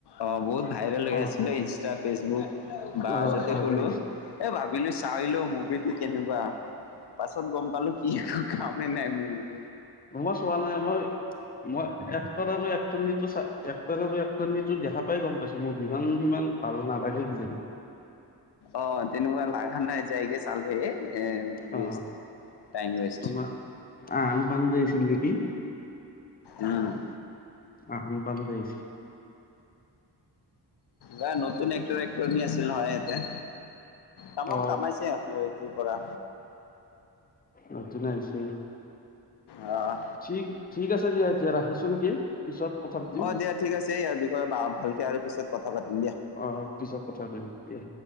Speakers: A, on the left (about 75°); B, on the left (about 20°).
A: অ' বহুত ভাইৰল হৈ
B: অ
A: গৈছিল ইনষ্টাত ফেচবুক বা
B: অ
A: যদি
B: ভাইৰেল
A: খুলোঁ
B: হৈছে
A: এ বা মিলি চাই আহিলোঁ, মুভিটো কেনেকুৱা পাছত গম পালোঁ, কি একো কাম মে নাই মুভিটো
B: ম, মই চোৱা নাই, মই মই এক্টৰ আৰু এক্টৰণীটো এক্টৰ আৰু এক্টৰণীটো দেখা প তই গম পাইছো মোৰ বিভান কিমান ভালোঁ নালাগে কিজানি
A: অ' তেনেকুৱা লাগা নাই যাইগে চালে এই এ ৱেষ্ট,
B: অ
A: টাইম ৱেষ্ট,
B: তোমাৰ আহান পাণ্ডে আছিল নেকি
A: অ'
B: আহান পাণ্ডে আছিল।
A: বা নতুন এক্টৰ এক্টৰণী ছিল নহয় এতিয়া তমাম
B: অ
A: কামাইচে সিহঁতে আজি পৰা
B: নতুন আহিছে,
A: অ',
B: ঠিক ঠিক আছে দিয়া এতিয়া, ৰাখিছোঁ নেকি! পিছত কথা পাতিম
A: অ দিয়া ঠিক আছে ইয়াৰ বিষয়ে বা, ভালকে আৰু পিছত <unintelligible>
B: অ পিছত কথা পাতিম। দিয়া